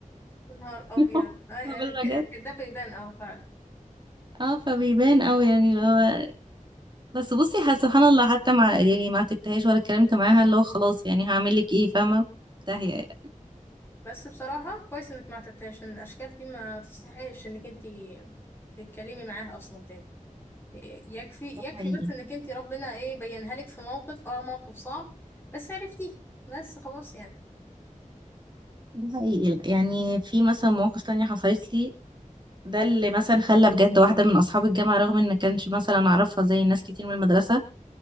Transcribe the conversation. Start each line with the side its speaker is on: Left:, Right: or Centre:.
Left: يا نهار ابيض
Right: <laughs>
Left: هاي-
Right: قبل
Left: ال-
Right: ما
Left: ك-
Right: جت
Left: ده بيبان اه فعلا
Right: اه فبيبان قوي يعني اللي هو بس بصي ح- سبحان الله حتى مع يعني ما تكتهاش ولا اتكلمت معاها اللي هو خلاص يعني هعمل لك ايه فاهمه تهي
Left: بس بصراحة كويس انك ما اعتبتهاش ان الاشكال دي ما تستحقش انك انتي تتكلمي معاها اصلا تاني يكفي يكفي
Right: ده حقيقي
Left: بس انك انت ربنا ايه بينها لك في موقف اه موقف صعب بس عرفتيه بس خلاص يعني
Right: ده حقيقي يعني في مثلا مواقف تانية حصلت لي ده اللي مثلا خلى بجد واحدة من أصحاب الجامعة رغم إن كانش مثلا أعرفها زي ناس كتير من المدرسة